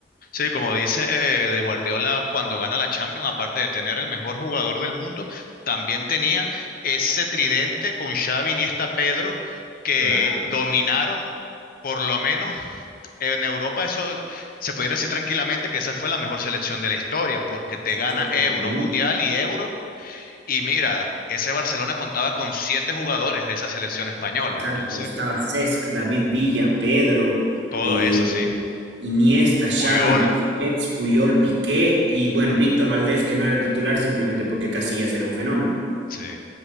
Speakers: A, on the left; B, on the right.
A: Sí, como dice eh, de Guardiola, cuando gana la Champions, aparte de tener el mejor jugador del mundo, también tenía ese tridente con Xavi, Iniesta, Pedro, que
B: la
A: dominaron por lo menos en Europa. Eso se pudiera decir tranquilamente que esa fue la mejor selección de la historia, porque te gana
B: claro,
A: Euro, Mundial y Euro. Y mira, ese Barcelona contaba con siete jugadores de esa selección española.
B: Exacto,
A: Entonces,
B: estaba Cesc, David Villa, Pedro,
A: todo
B: eh,
A: eso, sí.
B: Iniesta, Xavi,
A: Puyol,
B: Busquets, Puyol, Piqué y bueno, Víctor Valdés, que no era titular simplemente porque Casillas era un fenómeno.
A: sí.